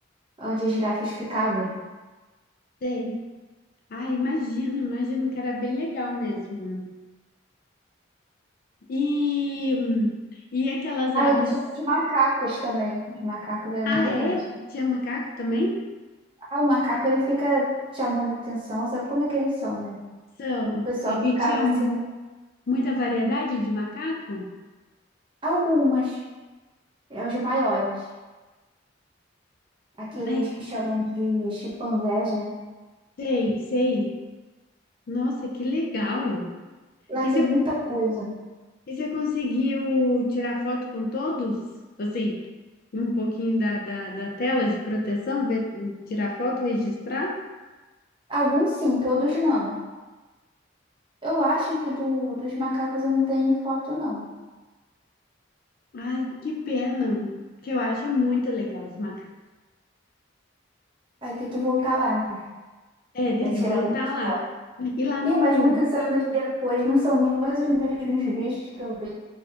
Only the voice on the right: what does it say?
onde as girafas ficavam.
Ah,
e tinha os macacos também. Os macacos eram
bem legais.
Ah, o macaco, ele fica chamando atenção, sabe como é que eles são, né?
O pessoal
ficava
assim,
algumas, é os maiores, aqueles
que chamam de chimpanzés, né?
Lá
tem
muita coisa.
Alguns sim, todos não. Eu acho que do, dos macacos eu não tenho foto, não.
Vai ter que voltar lá, né?
Pra tirar
algumas
fotos.
Ih, mas muitos anos depois não são nem mais os mesmos bichos que eu vi.